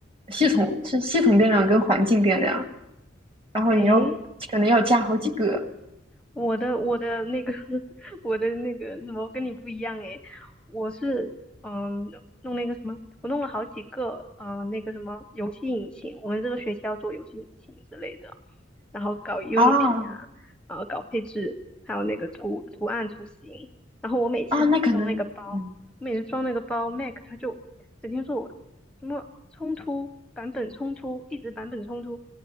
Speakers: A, on the right (about 30°); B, in the centre.
A: 系统是系统变量跟环境变量，然后你要
B: 诶，
A: 可能要加好几个
B: 我的我的那个 <laughs> 我的那个什么跟你不一样诶，我是嗯弄那个什么，我弄了好几个啊、呃那个什么游戏引擎，我们这个学期要做游戏引擎之类的，然后搞 Unity
A: 啊
B: 啊，呃搞配置，还有那个图图案图形，然后我每次装那个包，
A: 啊，那可能嗯
B: 每次装那个包，Mac 它就整天说我什么冲突版本冲突，一直版本冲突。